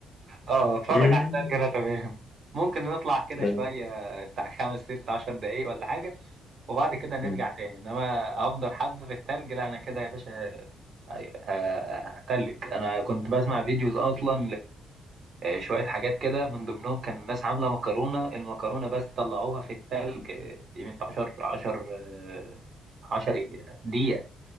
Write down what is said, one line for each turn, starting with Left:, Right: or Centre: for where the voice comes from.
Right: اه اتفرج
Left: <laughs>
Right: على التاني كده تمام ممكن نطلع كده
Left: أيوة
Right: شوية بتاع خمس ست عشر دقايق ولا حاجة وبعد كده نرجع
Left: مم.
Right: تاني انما افضل حبة في التلج لا انا كده يا باشا ه- هتلج انا كنت بسمع فيديوز اصلا لشوية حاجات كده من ضمنهم كان الناس عاملة مكرونة المكرونة بس طلعوها في التلج قيمة عشر عشر آه، عشر إيه؟ دقيقة